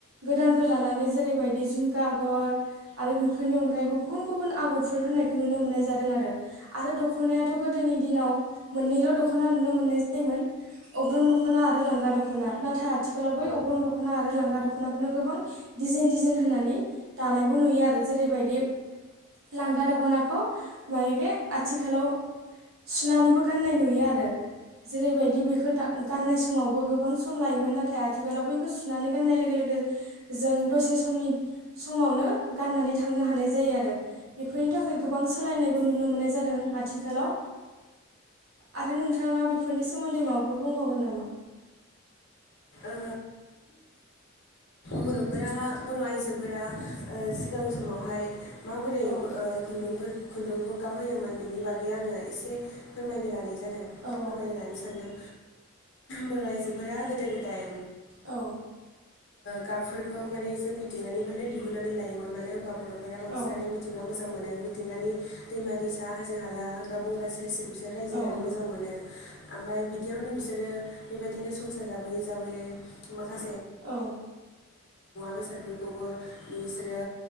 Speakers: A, on the right (about 80°); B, on the left (about 55°).
A: गोदानखौ लानानै जेरैबायदि जिंखा आगर आरो बेफोरनि अनगायैबो गुबुन गुबुन आगरफोर होननायखौ नुनो मोननाय जादोंआरो आरो दखनायाथ गोदोनि दिनाव मोननैल दखना नुनो मोननाय जायोमोन अग्रन दखना आरो लांगा दखना नाथाय आथिखालाव बै अग्रं दखना <unintelligible> लांगा दखनाखौनो गोबां डिजाइन डिजाइन होनानै दानायबो नुयोआरो जेरैबायदि लांगा दखनाखौ मानेगे आथिखालाव सुनानैबो गाननाय नुयोआरो जेरैबायदि बेखौ दा गाननाय समावबो गोबां सम लायोमोन नाथाय आथिखालाव बैखौ सुनानै गाननाय लोगो लोगो जों दसे लंबे समनि समावनो गाननानै थांनो हानाय जायो आरो बेफोरनि थाखाय गोबां सोलायनायबो नुनो मोननाय जादों आथिखालाव आरो नोंथाङा बेफोरनि सोमोन्दै माबाफोर बुंबावगोन नामा?
B: <inaudible> बरफोरा बर आइजोफोरा ओ सिगां समावहाय माबोरै
A: औ
B: ओ खुन्दुंफोर खुन्दुंखौ गाब होयोमोन बेनि बागै आङो एसे फोरमायनो लानाय जादों फोरमाय
A: औ
B: लानो सानदों बर' आइजोफोरा गोदो गोदाय
A: औ
B: गाबफोरखौ माने एसे मिथिंगानिफ्रायनो दिहुननानै लायोमोन मानो होनबा बर'त बांसिनानो
A: औ
B: मिथिंगा मोजां मोनो मिथिंगानि दैमा दैसा हाजो हाला हाग्रा बंग्रा सेर बिसोर रायजो
A: औ
B: जानो मोजां मोनो ओमफ्राय बिदियावनो बिसोरो बेबायदिनो संसार जाब <inaudible> जानाय मुवा
A: औ
B: बेसादफोरखौबो बिसोरो